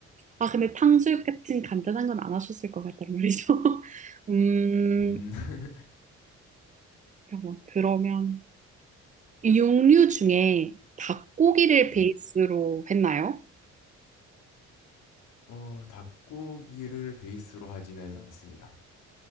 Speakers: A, on the right; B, on the left.
A: 아 근데 탕수육 같은 간단한 건 안 하셨을 것 같단 말이죠. <laughs> 음
B: 음, <laughs>
A: 잠깐만. 그러면 육류 중에 닭고기를
B: 네.
A: 베이스로 했나요?
B: 어, 닭고기를 베이스로 하지는 않습니다.